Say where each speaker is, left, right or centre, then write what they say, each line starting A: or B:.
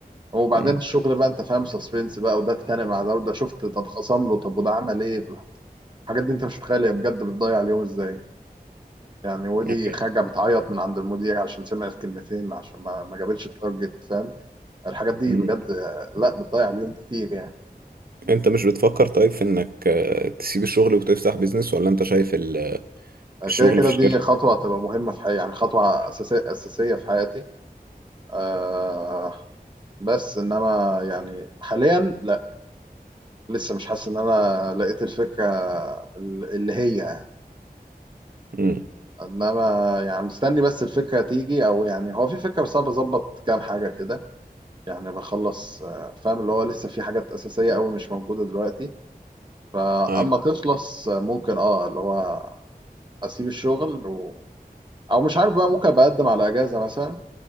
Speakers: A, on the right (about 30°); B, on the right (about 70°).
A: وبعدين
B: مم.
A: الشغل بقى انت فاهم سسبنس بقى وده اتخانق مع ده وده شفت تتخاصم له طب وده عمل ايه في الح- الحاجات دي انت مش متخيل هي بجد بتضيع اليوم ازاي يعني ودي
B: <laughs> يعني-
A: خارجه بتعيط من عند المدير عشان سمعت كلمتين عشان ما ما جابتش التارجت فاهم الحاجات دي
B: مم.
A: بجد آه، لا بتضيع اليوم كتير يعني
B: انت مش بتفكر طيب في انك آه، تسيب الشغل وتفتح بيزنس ولا انت شايف ال-
A: آه،
B: الشغل
A: كده كده
B: في الشركه
A: دي خطوه هتبقى مهمه في حياتي يعني خطوه اساسيه اساسيه في حياتي آه بس انما يعني حاليا لا لسه مش حاسس ان انا لقيت الفكره ال- اللي هي
B: مم.
A: انما يعني مستني بس الفكره تيجي او يعني هو في فكره بس انا بظبط كام حاجه كده يعني بخلص آه، فاهم اللي هو لسه في حاجات اساسيه قوي مش موجوده دلوقتي فاما
B: أيوة.
A: تخلص آه، ممكن اه اللي هو اسيب الشغل و... او مش عارف بقى ممكن بقدم على اجازه مثلا